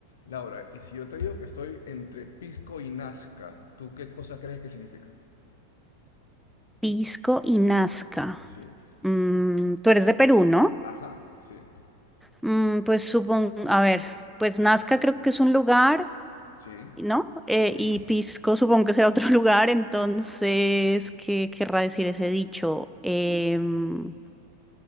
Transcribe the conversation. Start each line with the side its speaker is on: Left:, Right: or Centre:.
Left: Laura, y si yo te digo que estoy entre Pisco y Nazca, ¿tú qué cosa crees que significa?
Centre: Pisco y Nazca.
Left: Sí,
Centre: Mm, tú eres de Perú, ¿no?
Left: Ajá, sí,
Centre: Mm, pues supongo, a ver, pues Nazca creo que es un lugar,
Left: sí.
Centre: ¿no? Eh,
Left: sí.
Centre: y Pisco supongo que será otro <laughs> lugar, entonces, ¿qué querrá decir ese dicho? Em,